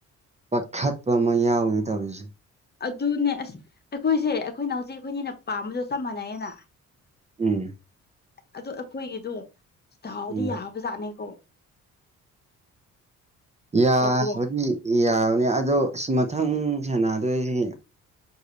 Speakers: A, on the right; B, on the left.
A: ꯄꯥꯈꯠꯄ ꯑꯃ ꯌꯥꯎꯋꯦ ꯇꯧꯔꯤꯁꯦ
B: ꯑꯗꯨꯅꯦ ꯑꯁ ꯑꯩꯈꯣꯏꯁꯦ ꯑꯩꯈꯣꯏꯅ ꯍꯧꯖꯤꯛ ꯑꯩꯈꯣꯏꯅꯤꯅ ꯄꯥꯝꯕꯗꯣ ꯆꯞ ꯃꯥꯟꯅꯩꯌꯦꯅ
A: ꯎꯝ
B: ꯑꯗꯨ ꯑꯩꯈꯣꯏꯒꯤꯗꯣ ꯗꯥꯥꯎꯗꯤ
A: ꯎꯝ
B: ꯌꯥꯕꯖꯥꯠꯅꯤꯀꯣ
A: ꯌꯥꯕꯗꯤ
B: ꯇꯧꯗ꯭ꯔꯣ
A: ꯌꯥꯕꯅꯤ ꯑꯗꯣ ꯁꯤ ꯃꯊꯪ ꯁꯥꯟꯅꯗꯣꯏꯁꯤ